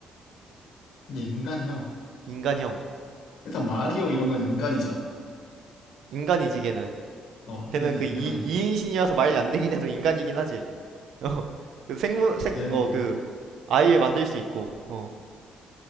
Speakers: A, on the left; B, on the right.
A: 이제 인간형.
B: 인간형.
A: 일단 마리오 이런 건 인간이잖아.
B: 인간이지, 걔는.
A: 어,
B: 걔는
A: 얘는
B: 그
A: 인간이고,
B: 이, 이인신이라서 말이 안 되긴 해도 인간이긴 하지. <laughs> 어, 그 생물, 생,
A: 얘는
B: 어,
A: 인간이고.
B: 그, 아이를 만들 수 있고, 어,